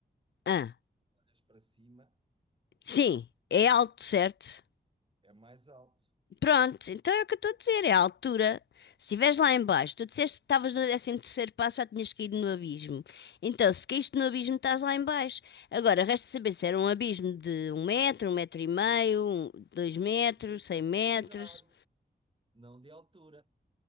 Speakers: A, on the left; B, on the right.
A: Ah,
B: olhas para cima,
A: sim, é alto, certo?
B: é mais alto,
A: Pronto, então é o que eu estou a dizer, é a altura. Se estiveres lá em baixo, tu disseste que estavas no décimo terceiro passo, já tinhas caído no abismo. Então, se caíste no abismo, estás lá em baixo. Agora, resta saber se
B: claro.
A: era um abismo de um metro, um metro e meio, um- dois metros,
B: De profundidade,
A: cem metros.
B: não de altura.